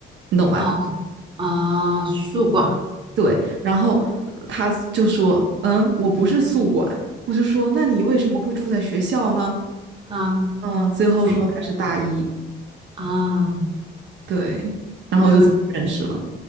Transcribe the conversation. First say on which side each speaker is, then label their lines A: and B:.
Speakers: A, on the right (about 65°); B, on the right (about 25°).
A: 你懂吧？
B: 好啊，宿管
A: 对，然后呃他就说，嗯，我不是宿管，我就说，那你为什么会住在学校呢？
B: 啊，
A: 嗯，最后说他是大一，
B: 他怎么啊？
A: 对，然后就这么认识了，
B: 然